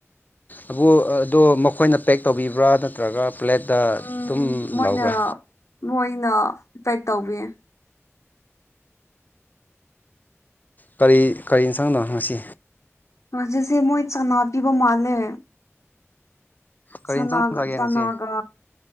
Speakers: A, on the left (about 35°); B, on the left (about 85°).
A: ꯑꯕꯨ ꯑꯗꯣ ꯃꯈꯣꯏꯅ ꯄꯦꯛ ꯇꯧꯕꯤꯕ꯭ꯔꯥ ꯅꯠꯇ꯭ꯔꯒ ꯄ꯭ꯂꯦꯠꯇ ꯑꯗꯨꯝ
B: ꯎꯝ ꯃꯣꯏꯅ
A: ꯂꯧꯕ꯭ꯔꯥ
B: ꯃꯣꯏꯅ ꯄꯦꯛ ꯇꯧꯕꯤꯌꯦ
A: ꯀꯔꯤ ꯀꯔꯤ ꯏꯟꯁꯥꯡꯅꯣ ꯉꯁꯤ
B: ꯉꯁꯤꯁꯦ ꯃꯣꯏ ꯆꯟꯅ ꯄꯤꯕ ꯃꯥꯜꯂꯦ
A: ꯀꯔꯤ
B: ꯁꯅꯥꯒ
A: ꯌꯦꯟꯁꯥꯡ ꯆꯥꯒꯦ
B: ꯆꯥꯅꯥꯒ
A: ꯉꯁꯤ